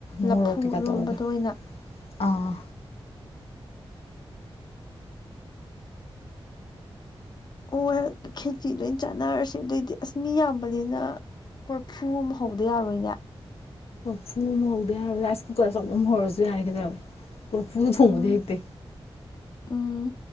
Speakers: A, on the left; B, on the left.
A: ꯂꯐꯨ
B: ꯃꯣꯔꯣꯛ ꯀꯩꯀꯥ
A: ꯏꯔꯣꯝꯕꯗꯣ
B: ꯇꯧꯔꯒ
A: ꯑꯣꯏꯅ
B: ꯑꯥ
A: ꯑꯣ ꯈꯦꯆꯤꯗꯣꯏ ꯑꯣꯏꯅ ꯆꯥꯟꯅꯔꯁꯦ ꯑꯗꯨꯑꯣꯏꯗꯤ ꯑꯁ ꯃꯤ ꯌꯥꯝꯕꯅꯤꯅ ꯀꯣꯔꯐꯨ ꯑꯃ ꯍꯧꯗ ꯌꯥꯔꯣꯏꯅꯦ
B: ꯐꯨ ꯑꯃ ꯍꯧꯕꯗ ꯌꯥꯔꯣꯏ ꯔꯥꯏꯁ ꯀꯨꯀꯔ ꯑꯆꯧꯕ ꯑꯃ ꯍꯧꯔꯁꯨ ꯌꯥꯔꯦ ꯀꯩꯗꯧꯔꯒꯦ ꯀꯣꯔꯐꯨꯗ ꯊꯣꯡꯕꯗꯤ
A: ꯎꯝ
B: ꯍꯩꯇꯦ
A: ꯎꯝ